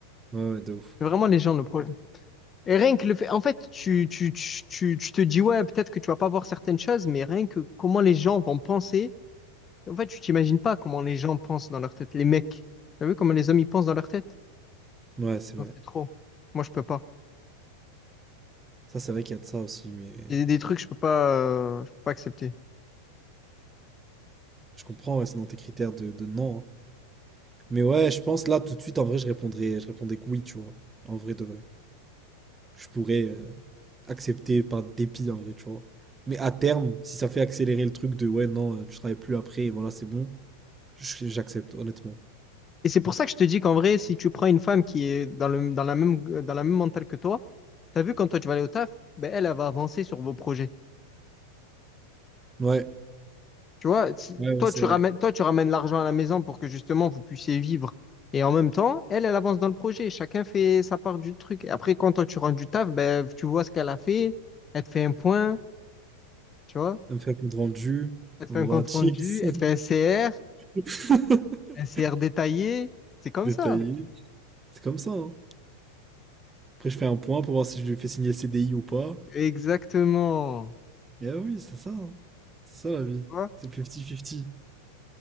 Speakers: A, on the right (about 15°); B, on the left (about 25°).
A: Ouais, ouais, de ouf.
B: C'est vraiment les gens le problème. Et rien que le fait. En fait, tu, tu, tu, tu, tu te dis, ouais, peut-être que tu vas pas voir certaines choses, mais rien que comment les gens vont penser. En fait, tu t'imagines pas comment les gens pensent dans leur tête. Les mecs. T'as vu comment les hommes ils pensent dans leur tête?
A: Ouais, c'est
B: Non,
A: vrai.
B: c'est trop. Moi, je peux pas.
A: Ça, c'est vrai qu'il y a de ça aussi, mais
B: Il y a des trucs, je peux pas, euh, je peux pas accepter.
A: je comprends, ouais, c'est dans tes critères de, de non. hein. Mais ouais, je pense là, tout de suite, en vrai, je répondrais, je répondrais que oui, tu vois, en vrai de vrai. je pourrais euh, accepter par dépit en vrai, tu vois. Mais à terme, si ça fait accélérer le truc de ouais, non, euh, tu travailles plus après, et voilà, c'est bon, j- j'accepte, honnêtement.
B: Et c'est pour ça que je te dis qu'en vrai, si tu prends une femme qui est dans le, dans la même, dans la même mentale que toi, t'as vu quand toi tu vas aller au taf, ben elle, elle va avancer sur vos projets.
A: Ouais,
B: Tu vois, si-
A: ouais, ouais,
B: toi
A: c'est
B: tu
A: vrai.
B: ramènes, toi tu ramènes l'argent à la maison pour que justement vous puissiez vivre. Et en même temps, elle, elle avance dans le projet. Chacun fait sa part du truc. Et après, quand toi tu rentres du taf, ben tu vois ce qu'elle a fait. Elle te fait un point, tu vois.
A: Elle me fait un compte rendu,
B: Elle te
A: elle
B: fait
A: m'envoie
B: un compte
A: un chips
B: rendu, elle te fait un CR,
A: <laughs>
B: un CR détaillé. C'est comme
A: détaillé.
B: ça.
A: C'est comme ça, hein. Après, je fais un point pour voir si je lui fais signer le CDI ou pas.
B: Exactement.
A: Et ah oui, c'est ça, hein. C'est ça la vie.
B: Tu vois?
A: C'est 50-50.